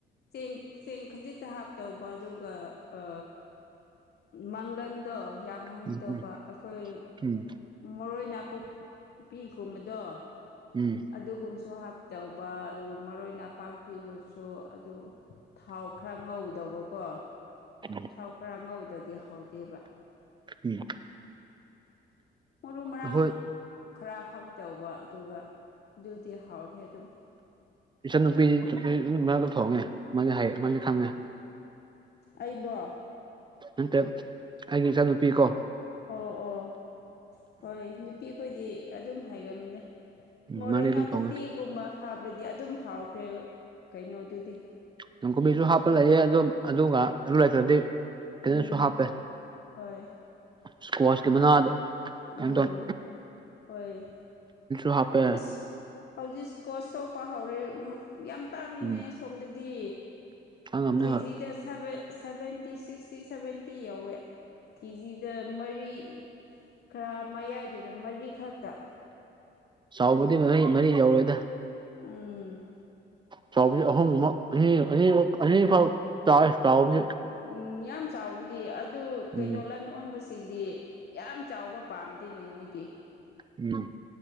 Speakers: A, on the left (about 55°); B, on the right (about 25°).
A: ꯆꯦꯡ ꯆꯦꯡ ꯈꯖꯤꯛꯇ ꯍꯥꯞꯇꯧꯕ ꯑꯗꯨꯒ ꯑ ꯃꯪꯒꯟꯗꯣ ꯌꯥꯝ ꯍꯪꯉꯤ
B: ꯎꯝ
A: ꯇꯧꯕ
B: ꯎꯝ
A: ꯑꯩꯈꯣꯏ
B: ꯎꯝ ꯎꯝ
A: ꯃꯔꯣꯏ ꯅꯥꯀꯨꯞꯄꯤꯒꯨꯝꯕꯗꯣ
B: ꯎꯝ
A: ꯑꯗꯨꯒꯨꯝꯕꯁꯨ ꯍꯥꯞꯇꯧꯕ ꯑꯗꯨꯒ ꯃꯔꯣꯏ ꯅꯥꯄꯥꯛꯄꯤꯒꯨꯁꯨ ꯑꯗꯨ ꯊꯥꯎ ꯈꯔ ꯉꯧꯒꯤꯗꯧꯕꯀꯣ
B: <inaudible>
A: ꯊꯥꯎ ꯈꯔ ꯉꯧꯗꯗꯤ ꯍꯧꯥꯎꯗꯦꯕ
B: <unintelligible>
A: ꯃꯔꯨ ꯃꯔꯥꯡ
B: ꯑꯩꯈꯣꯏ
A: ꯈꯔ ꯍꯥꯞꯇꯧꯕ ꯑꯗꯨꯒ ꯑꯗꯨꯗꯤ ꯍꯥꯎꯔꯦ ꯑꯗꯨꯝ
B: ꯏꯆꯟ ꯅꯨꯄꯤ <unintelligible> ꯏꯃꯥꯒ ꯊꯣꯡꯉꯦ ꯃꯥꯗꯤ ꯍꯩ ꯃꯥꯗꯤ ꯈꯪꯉꯦ
A: ꯑꯩꯕꯣ
B: ꯅꯠꯇꯦ ꯑꯩꯒꯤ ꯏꯆꯟꯅꯨꯄꯤ ꯀꯣ
A: ꯑꯣ ꯑꯣ ꯍꯣꯏ ꯅꯨꯄꯤꯈꯣꯏꯗꯤ ꯑꯗꯨꯝ ꯍꯥꯏꯒꯥꯟꯕꯅꯦ
B: ꯎꯝ
A: ꯃꯔꯣꯏ
B: ꯃꯥꯗꯤ ꯑꯗꯨꯝ
A: ꯅꯥꯀꯨꯞꯄꯤꯒꯨꯝꯕ
B: ꯊꯣꯡꯉꯦ
A: ꯍꯥꯞꯂꯗꯤ ꯑꯗꯨꯝ ꯍꯥꯎꯈ꯭ꯔꯦꯕ ꯀꯩꯅꯣꯗꯨꯗꯤ
B: ꯅꯥꯀꯨꯞꯄꯤꯁꯨ ꯍꯥꯞꯄ ꯂꯩꯌꯦ ꯑꯗꯨ ꯑꯗꯨꯒ ꯑꯗꯨ ꯂꯩꯇ꯭ꯔꯗꯤ ꯀꯩꯅꯣꯁꯨ
A: ꯎꯝ
B: ꯍꯥꯞꯄꯦ
A: ꯍꯣꯏ
B: ꯏꯁꯀ꯭ꯋꯥꯁꯀꯤ ꯃꯅꯥꯗꫭ
A: ꯎꯝ
B: ꯀꯅꫭ ꯇꯧ
A: ꯍꯣꯏ
B: ꯎꯝ <unintelligible> ꯍꯥꯞꯄꯦ
A: ꯑꯁ ꯍꯧꯖꯤꯛ ꯏꯁꯀ꯭ꯋꯥꯁ ꯊꯣꯛꯄ ꯍꯧꯔꯦ ꯌꯥꯝ ꯇꯥꯡꯉꯤꯅꯦ
B: ꯎꯝ
A: ꯑꯁꯣꯝꯗꯗꯤ
B: ꯈꯪꯉꯝꯅꯤ
A: ꯀꯦꯖꯤꯗ
B: ꯍꯣꯏ
A: ꯁꯚꯦ ꯁꯚꯦꯟ ꯇꯤ ꯁꯤꯛꯁꯇꯤ ꯁꯚꯦꯟꯇꯤ ꯌꯧꯋꯦ ꯀꯦꯖꯤꯗ ꯃꯔꯤ ꯈꯔ ꯃꯌꯥꯏꯗꯨꯅ ꯃꯔꯤꯈꯛꯇ
B: ꯆꯥꯎꯕꯗꯤ ꯃꯔꯩ ꯃꯔꯤ ꯌꯧꯔꯣꯏꯗ
A: ꯎꯝ
B: ꯆꯥꯎꯕꯅꯤ ꯑꯍꯨꯝꯃꯛ ꯑꯅꯤ ꯑꯅꯤ ꯑꯅꯤ ꯐꯥꯎ ꯆꯥꯎꯋꯦ ꯆꯥꯎꯕꯗꯤ
A: ꯎꯝ ꯌꯥꯝ ꯆꯥꯎꯕꯗꯤ ꯑꯗꯨ ꯀꯩꯅꯣ
B: ꯎꯝ
A: ꯂꯟ ꯑꯣꯟꯕꯁ ꯁꯤꯡꯗꯤ ꯌꯥꯝ ꯆꯥꯎꯕ ꯄꯥꯝꯗꯦꯅꯦ ꯃꯣꯏꯗꯤ
B: ꯎꯝ